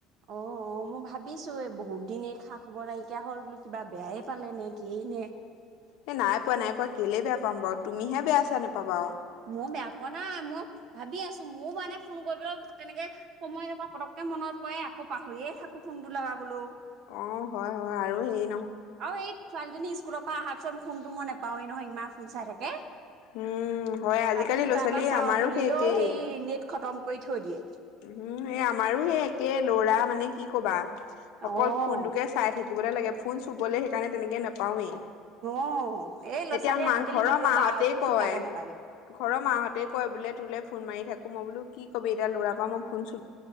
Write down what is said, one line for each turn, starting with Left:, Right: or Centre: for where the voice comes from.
Right: অ, অ মই ভাবিছো এই বহুত। দিনেই খা-খৱৰ নাইকিয়া হ'ল বোলো কিবা বেয়াই পালে নে কিয়েই নে?
Left: এ নাই পোৱা নাই পোৱা কেলে বেয়া পাম বাৰু। তুমিহে বেয়া চেয়া নোপাবা
Right: মোৰ বেয়া পোৱা নাই মই ভবি আছোঁ। মোৰ মানে ফোন কৰিবলৈ তেনেকে সময় নাপাও পতকে মনত পৰে আকৌ পাহৰিয়ে থাকো ফোনটো লগাবলৈও।
Left: অ, হয়, হয় আৰু সেই
Right: অ এই ছোৱালীজনি স্কুলৰ পৰা অহা পিচত ফোনটো মই নাপাওয়ে নহয় ইমান ফোন চাই থাকে
Left: উম হয় আজিকালি
Right: ৰাতি কিবা
Left: ল'ৰা ছোৱালী
Right: এটা চাওঁ
Left: আমাৰো
Right: বুলিলেও
Left: একেই
Right: সেই নেট খতম কৰি থৈ দিয়ে।
Left: উম এই আমাৰো এই একে লৰা মানে কি কবা। অকল
Right: অ',
Left: ফোনটোকে চাই থাকিবলৈ লাগে। ফোন চুবলৈ সেইকাৰণে তেনেকে নাপ পাওঁয়ে
Right: অ', এই ল'ৰা
Left: এতিয়া
Right: ছোৱালী
Left: মা
Right: আজিকালি
Left: ঘৰৰ
Right: নকবা
Left: মাহতে
Right: একো
Left: কয়
Right: শিকাব নালাগে
Left: ঘৰৰ মাহতে কয় বোলে তোলে ফোন মাৰি থাকো মই বোলো কি ক'বি এতিয়া ল'ৰা। মই ফোন চুন